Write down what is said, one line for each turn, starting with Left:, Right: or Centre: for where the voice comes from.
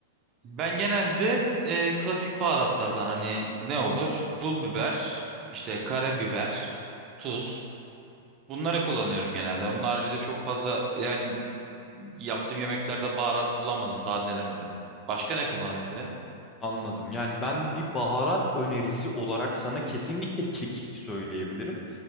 Right: ben genelde e, klasik baharatlardan hani ne olur? Pul biber, işte karabiber, tuz. Bunları kullanıyorum genelde. Onun haricinde çok fazla yani yaptığım yemeklerde baharat kullanmadım. Daha denemedim. Başka ne kullanabilirim?
Left: Anladım. Yani ben bir baharat önerisi olarak sana kesinlikle kekik söyleyebilirim.